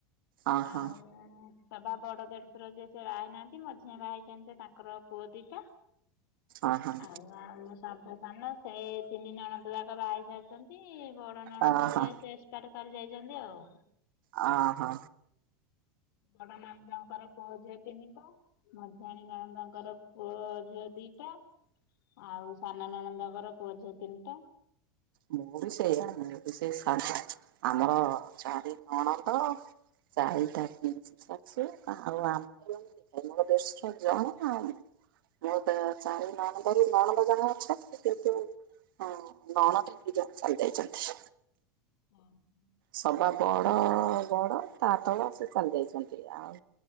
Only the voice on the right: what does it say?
ଓହୋ
ଅ ହ।
ଓହୋ
ଅ ହ।
ମୁଁ ବି ସେଇଆ ମୁଁ ବି ସେଇ ସାନ ଆମର ଚାରି ନଣନ୍ଦ ଚାରିଟା ପିଇଶି ଶାଶୁ ଆଉ ଆମେ ଆମର ଦେଡ୍ ଶୁର ଜଣେ ଆଉ। ମୁଁ ତ ଚାରି ନଣନ୍ଦରୁ ନଣନ୍ଦ ଜଣେ ଅଛନ୍ତି କିନ୍ତୁ ନଣଦେ ଦି ଜଣ ଚାଲି ଯାଇଚନ୍ତି।
ସଭା ବଡ- ବଡ ତା ତଳ ସେ ଚାଲି ଯାଇଚନ୍ତି ଆଉ